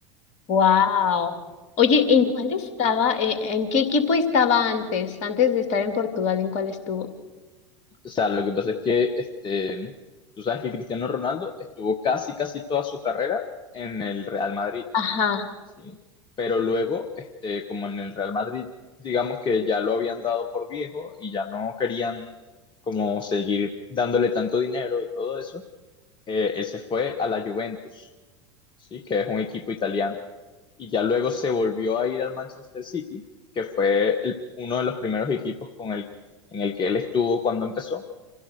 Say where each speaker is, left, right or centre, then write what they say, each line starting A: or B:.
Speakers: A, on the left; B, on the left.
A: Wow. Oye, ¿en cuál estaba? eh, ¿en qué equipo estaba antes? Antes de estar en Portugal, ¿en cuál estuvo?
B: O sea, lo que pasa es que este, tú sabes que Cristiano Ronaldo estuvo casi, casi toda su carrera en el Real Madrid,
A: Ajá.
B: ¿sí? Pero luego, este, como en el Real Madrid, digamos que ya lo habían dado por viejo y ya no querían como seguir dándole tanto dinero y todo eso, eh, él se fue a la Juventus, ¿sí? Que es un equipo italiano. Y ya luego se volvió a ir al Manchester City, que fue el- uno de los primeros equipos con el, en el que él estuvo cuando empezó.